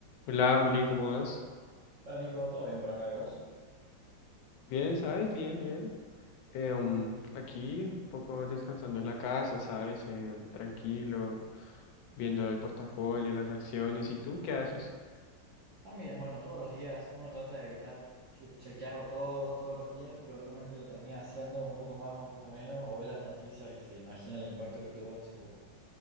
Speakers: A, on the left (about 80°); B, on the right (about 75°).
A: Hola Juli, ¿cómo vas?
B: Hola Nico, ¿todo bien por acá de vos?
A: Bien, ¿sabes? Bien, bien. Eh, um, aquí un poco descansando en la casa, ¿sabes? Eh, tranquilo, viendo el portafolio, las acciones. ¿Y tú qué haces?
B: También, bueno, todos los días uno trata de evitar chu- chequearlo todo, todos los días, pero realmente lo termina haciendo un poco más o un poco menos, o ve las noticias y se imagina el impacto que tuvo en su,